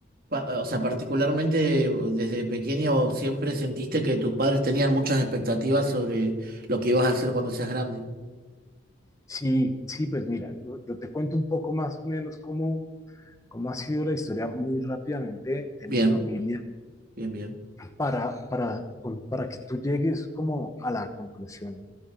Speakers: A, on the right; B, on the left.
A: pa- o sea, particularmente desde pequeño siempre sentiste que tus padres tenían muchas expectativas sobre lo que ibas a hacer cuando seas grande.
B: Sí, sí, pues mira, yo, yo te cuento un poco más o menos cómo, cómo ha sido la historia muy rápidamente de, de
A: Bien,
B: mi familia
A: bien, bien.
B: para, para, con- para que tú llegues como a la conclusión